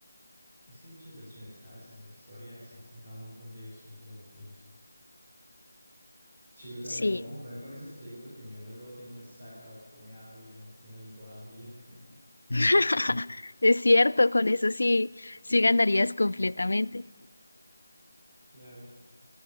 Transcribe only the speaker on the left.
Sí,
<laughs> es cierto, con eso sí, sí ganarías completamente.